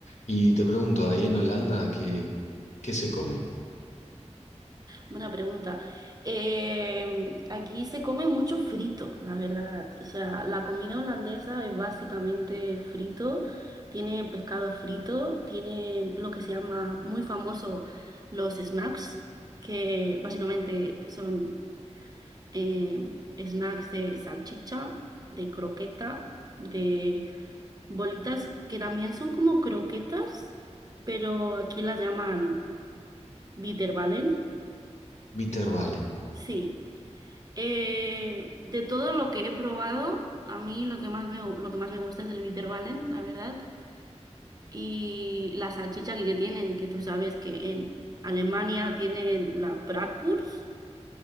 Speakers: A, on the left; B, on the right.
A: Y te pregunto, ahí en Holanda, ¿qué, qué se come?
B: Buena pregunta. Eh, aquí se come mucho frito, la verdad. O sea, la comida holandesa es básicamente frito. Tiene pescado frito, tiene lo que se llama muy famoso los snacks, que básicamente son eh, snacks de salchicha, de croqueta, de bolitas que también son como croquetas, pero aquí las llaman bitterballen.
A: Bitterballen.
B: Sí, Eh, de todo lo que he probado, a mí lo que más me, gu- lo que más me gusta es el Ballen, la verdad, y la salchicha que, que tienen y que tú sabes que en Alemania tienen la Bratwurst,